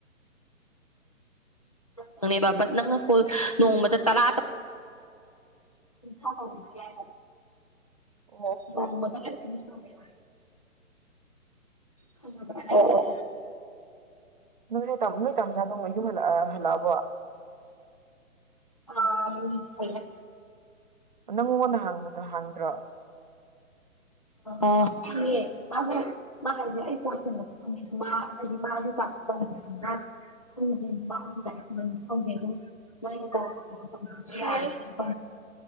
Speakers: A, on the left; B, on the right.
A: ꯈꯪꯅꯦꯕ ꯕꯠ ꯅꯪꯅ ꯀꯣ ꯅꯣꯡꯃꯗ ꯇꯔꯥ ꯊꯥ ꯇꯧ ꯌꯥꯏ
B: ꯑꯣꯎ
A: <inaudible> ꯈꯪꯉꯕ꯭ꯔꯥ ꯑꯣ ꯑꯣ
B: <inaudible> ꯅꯣꯏ ꯇꯝꯖꯥ ꯗꯣ ꯌꯨꯝ ꯍꯜ ꯑ ꯍꯜꯂꯑꯕꯣ
A: ꯍꯥꯝ ꯀꯨꯏꯌꯦ
B: ꯅꯪ ꯃꯉꯣꯟꯗ ꯍꯡꯕꯗꯣ ꯍꯡꯗ꯭ꯔꯣ
A: ꯑ ꯁꯤꯉꯦ ꯃꯥꯕꯨ ꯃꯥ ꯍꯥꯏꯁꯦ ꯑꯩ ꯄꯣꯠꯆꯗꯤ ꯐꯪꯉꯦ ꯃꯥ ꯑꯩ ꯃꯥꯒꯤ ꯆꯥꯛ <inaudible> <inaudible> ꯑꯗꯨꯝ ꯅꯣꯏ ꯑꯅꯤ ꯀꯥ ꯇꯣꯠꯉꯥꯟ ꯇꯣꯡꯉꯥꯟꯒꯦ ꯁꯥꯏ <inaudible>